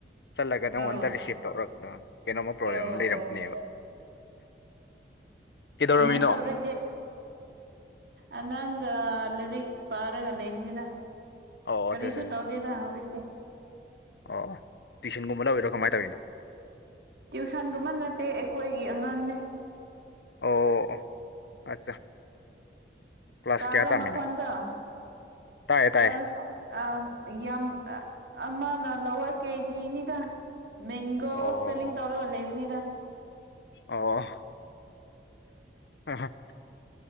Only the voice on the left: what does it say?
ꯆꯠꯂꯒ ꯅꯪꯉꯣꯟꯗ
ꯔꯤꯁꯤꯞ
ꯇꯧꯔꯒꯗ ꯀꯩꯅꯣꯝꯃ ꯄ꯭ꯔꯣꯕ꯭ꯂꯦꯝ
ꯑꯃ ꯂꯩꯔꯝꯅꯦꯕ
ꯀꯩꯗꯧꯔꯝꯃꯤꯅꯣ
ꯑꯣ
ꯑꯠꯆꯥ ꯑꯠꯆꯥ ꯑꯠꯆꯥ.
ꯑꯣ ꯇꯨꯋꯏꯁꯟꯒꯨꯝꯕ ꯂꯧꯕꯤꯔꯣ ꯀꯃꯥꯏ ꯇꯧꯋꯔꯤꯅꯣ
ꯑꯣ ꯑꯠꯆꯥ ꯀ꯭ꯂꯥꯁ
ꯀꯌꯥ ꯇꯝꯃꯤꯅꯣ
ꯇꯥꯏꯌꯦ ꯇꯥꯏꯌꯦ
ꯑꯣ
ꯑꯣ ꯑ